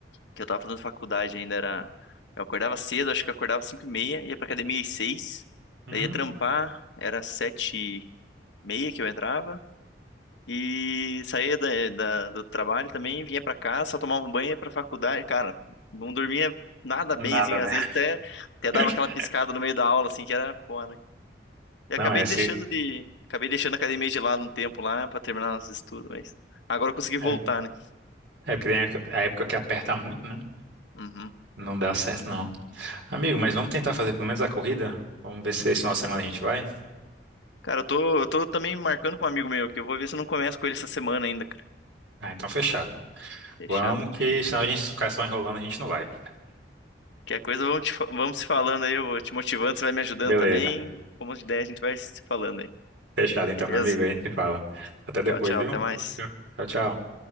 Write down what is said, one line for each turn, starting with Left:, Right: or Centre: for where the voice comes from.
Left: Que eu tava fazendo faculdade ainda, era. Eu acordava cedo, acho que eu acordava cinco e meia, ia pra academia às seis,
Right: Hum,
Left: daí ia trampar, era sete e meia que eu entrava, E saía da, da- do trabalho também, vinha pra casa, só tomava um banho, e ia pra faculdade. Cara, não dormia nada bem,
Right: nada,
Left: assim,
Right: né?
Left: às vezes até, até dava
Right: <laughs>
Left: aquela piscada no meio da aula, assim, que era foda. E
Right: Não,
Left: acabei
Right: é, se,
Left: deixando de, acabei deixando a academia de lado um tempo lá pra terminar os estudos, mas agora eu consegui voltar,
Right: é,
Left: né?
Right: é porque tem a a época que aperta muito, né?
Left: Uhum.
Right: Não dá certo, não. Amigo, mas vamos tentar fazer pelo menos a corrida? Vamos ver se esse final de semana a gente vai?
Left: Cara, eu tô, eu tô também marcando com um amigo meu aqui, eu vou ver se eu não começo com ele essa semana ainda, cara.
Right: Ah, então fechado.
Left: Deixando.
Right: Vamos, que senão a gente ficar só enrolando, a gente não vai.
Left: Que a coisa, vamos, te fa- vamos se falando aí, eu vou te motivando, você vai me ajudando
Right: Beleza.
Left: também. Como de ideia, a gente vai se falando aí.
Right: Fechado então,
Left: Beleza?
Right: meu amigo, a gente se fala. Até depois,
Left: Tchau, tchau,
Right: viu?
Left: até mais.
Right: Tchau, tchau.